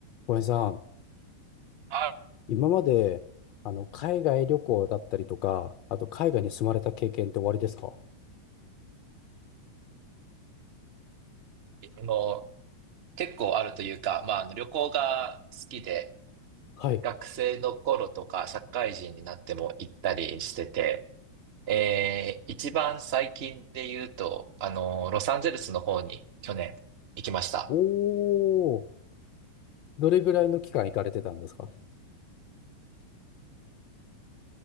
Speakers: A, on the left; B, on the right.
A: 小林さん、
B: あ
A: 今まで、あの、海外旅行だったりとか、あと海外に住まれた経験って終わりですか
B: の、結構あるというか、まあ、あの旅行が好きで、
A: はい。
B: 学生の頃とか社会人になっても行ったりしてて、えー、一番最近で言うと、あの、ロサンゼルスの方に去年行きました。
A: おー、どれぐらいの期間行かれてたんですか